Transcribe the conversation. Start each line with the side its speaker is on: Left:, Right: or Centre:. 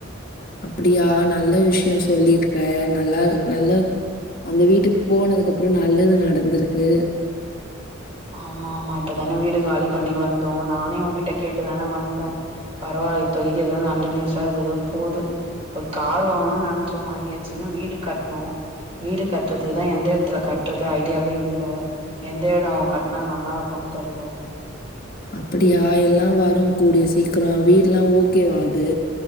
Left: அப்படியா நல்ல விஷயம் சொல்லியிருக்க நல்லா நல்ல அந்த வீட்டுக்கு போனதுக்கு அப்புறம் நல்லது நடந்திருக்கு
Right: ஆமா ஆமா இப்பதானே வீடு காலி பண்ணி வந்தோ நானே உன்கிட்ட கேட்டுதானே வந்தே பரவாயில்ல இப்பதைக்கு ஏதோ நல்ல நியூஸா ஏததோ போது ஒரு கார் வாங்கணுனு நெனச்சோ வாங்கியாச்சு வீடு கட்ணும் வீடு கட்டுறதுக்குதா எந்த எடத்துல கட்டுறது ஐடியாவே இல்ல எந்த எடம் கட்னா நல்லா இருக்குன்னு தெர்ல
Left: அப்படியா எல்லா வரும் கூடிய சீக்கிரம் வீடுல்லா ஓகேவா அது